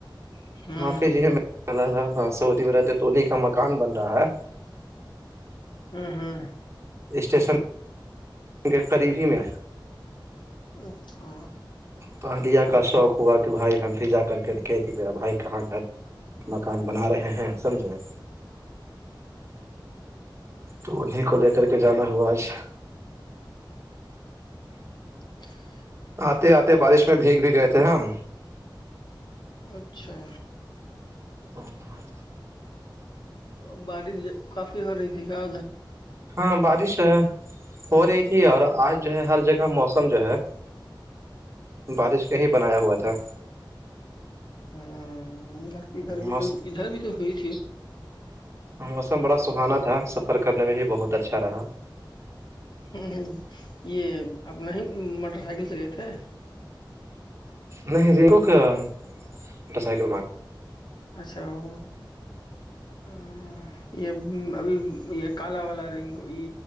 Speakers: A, on the left; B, on the right.
A: رہے
B: معافی
A: ہ
B: ہے سر ہاں سعودی میں رہتے تو انہیں کا مکان بن رہا ہے
A: ہوں ہوں
B: اسٹیشن کے قریب ہی میں
A: اچھا
B: پہلیا کا شوق ہوا کہ بھائی ہم بھی جا کر کے دیککھے کہ میرا بھائی کہاں گھر مکان بنا رہے ہیں سمجھیں تو انہیں کو لے کر کے جانا ہوا آج
A: <unintelligible>
B: آتے آتے بارش میں بھیگ بھی گئے
A: ارے
B: تھے ہم
A: اچھا
B: ہاں
A: اور بارش کافی ہو رہی تھی ہے
B: ہاں بارش ہو رہی تھی اور آج جو ہے ہر جگہ موسم جو ہے بارش کا ہی بنایا ہوا تھا
A: ہاں لدھر بھی
B: موس
A: تو ادھر بھی تو ہوئی تھی
B: موسم بڑا سہانا تھا سفر کرنے میں بھی بہت اچھا رہا
A: ہاں یہ اپنا ہی موٹر سائیکل سے گئے تھے
B: نہیں رے کوک موٹر سائیکل مگ
A: اچھا او ہاں یہ ابھی یہ کالا والا رنگ یہ